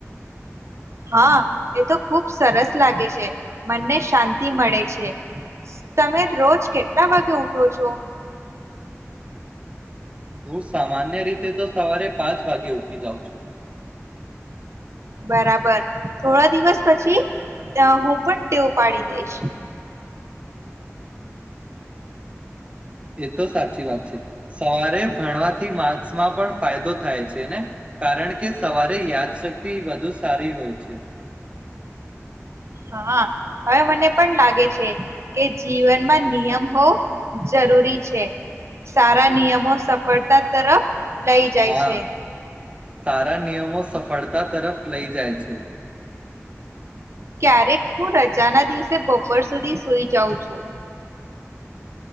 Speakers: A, on the right; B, on the right.
A: હા એ તો ખુબ સરસ લાગે છે મનને શાંતિ મળે છે, તમે રોજ કેટલા વાગે ઉઠો છો?
B: હું સામાન્ય રીતે તો સવારે પાંચ વાગે ઉઠી જાઉં છું
A: બરાબર થોડા દિવસ પછી હું પણ ટેવ પાડી દઈશ
B: એ તો સાચી વાત છે સવારે ભણવાથી માર્કસમાં પણ ફાયદો થાય છે ને કારણ કે સવારે યાદશક્તિ વધુ સારી હોય છે
A: હા, હવે મને પણ લાગે છે કે જીવનમાં નિયમ હો જરૂરી છે સારા નિયમો સફળતા તરફ લઈ જાય
B: હા
A: છે
B: સારા નિયમો સફળતા તરફ લઈ જાય છે
A: ક્યારેક હું રજાના દિવસે બપોર સુધી સુઈ જાઉં છું